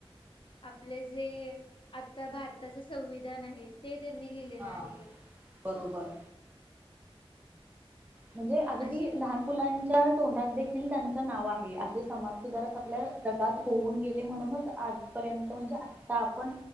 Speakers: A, on the left; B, on the right.
A: आपले जे आता भारताचं संविधान आहे ते त्यांनी लिहिलेलं
B: हा
A: आहे
B: बरोबर म्हणजे अगदी
A: असे
B: लहान मुलांना च्या तोंडात देखील त्यांच नाव आहे आहे समाज सुधारक आपल्या <unintelligible> होऊन गेले म्हणूनच आजपर्यंत म्हणजे आता आपण